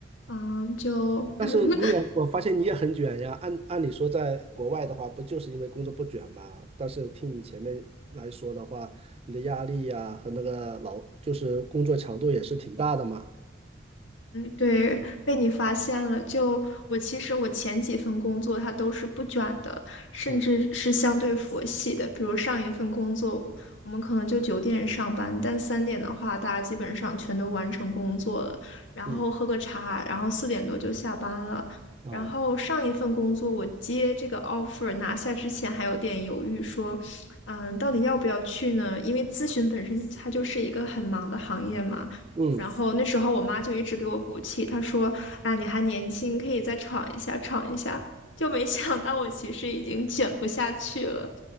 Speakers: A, on the left (about 75°); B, on the right (about 30°).
A: 嗯，就
B: 但是你也，
A: <laughs>。
B: 我发现你也很卷呀。按按理说，在国外的话，不就是因为工作不卷嘛？但是听你前面来说的话，你的压力呀、和那个劳，就是工作强度也是挺大的嘛。
A: 对，被你发现了。就我其实我前几份工作它都是不卷的，甚至是相对佛系的。
B: 嗯
A: 比如上一份工作，我们可能就九点上班，但三点的话，大家基本上全都完成工作了，然后喝个茶，
B: 嗯
A: 然后四点多就下班了。
B: 啊
A: 然后上一份工作，我接这个 offer 拿下之前还有点犹豫，说，嗯，到底要不要去呢？因为咨询本身它就是一个很忙的行业嘛。
B: 嗯，
A: 然后那时候我妈就一直给我鼓气，她说：“啊，你还年轻，可以再闯一下，闯一下。”就没想到我其实已经卷不下去了，